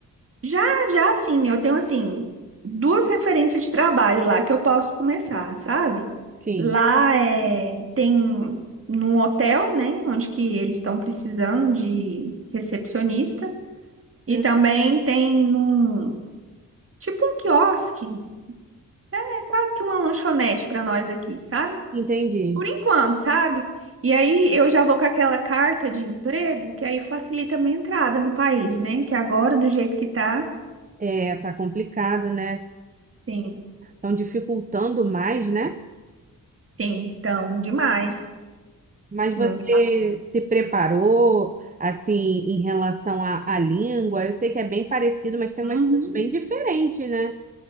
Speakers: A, on the right; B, on the right.
A: Já, já sim, eu tenho assim, duas referências de trabalho lá que eu posso começar, sabe?
B: Sim.
A: Lá é, tem num hotel, né? Onde que eles estão precisando de recepcionista. E
B: Hum,
A: também tem num, tipo um quiosque, é quase que uma lanchonete para nós aqui, sabe?
B: Entendi.
A: por enquanto, sabe? E aí eu já vou com aquela carta de emprego, que aí facilita a minha entrada no país, né? Que agora, do jeito que tá,
B: É, tá complicado, né?
A: sim,
B: Estão dificultando mais, né?
A: sim, então, demais.
B: Mas você
A: Não...
B: se preparou, assim, em relação à, à língua? Eu sei que é bem parecido, mas tem
A: Uhum.
B: umas coisas bem diferentes, né?